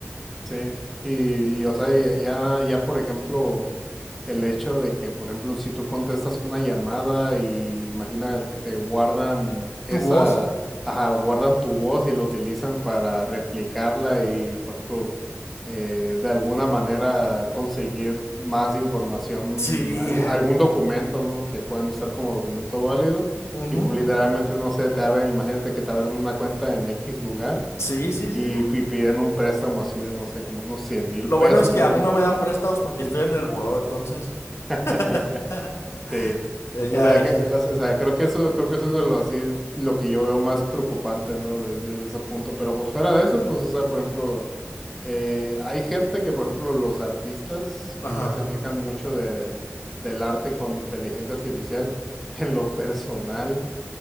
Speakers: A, in the centre; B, on the left.
A: Sí, y, y, o sea, y- ya, ya por ejemplo, el hecho de que, por ejemplo, si tú contestas una llamada y imagina, te guardan esa,
B: Tu voz.
A: ajá, guardan tu voz y lo utilizan para replicarla y, por ejemplo, eh, de alguna manera conseguir más información,
B: Sí.
A: algún, algún documento, ¿no? Que puedan usar como documento válido
B: ujú,
A: y pues literalmente, no sé, te abren, imagínate que te abren una cuenta en X lugar.
B: Sí, sí, sí,
A: Y,
B: sí.
A: pi- piden un préstamo así de, no sé, como unos 100 mil
B: Lo
A: pesos
B: bueno es que
A: y...
B: a mí no me dan préstamos porque
A: y-
B: estoy en el buró, entonces.
A: <laughs>
B: <laughs>
A: Sí.
B: Eh, Ya
A: O sea,
B: es.
A: que, que- o sea, o sea, creo que eso, creo que eso es de lo así, lo que yo veo más preocupante, ¿no? De- Desde, ese punto. Pero pues fuera de eso, pues, o sea, por ejemplo, eh, hay gente que, por ejemplo, los artistas
B: Ajá.
A: que ya se quejan mucho de, del arte con inteligencia artificial, <laughs> que en lo personal.